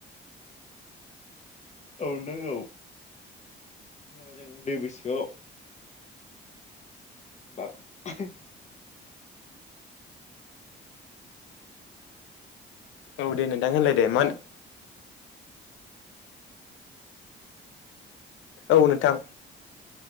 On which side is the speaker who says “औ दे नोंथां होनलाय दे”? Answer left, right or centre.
Left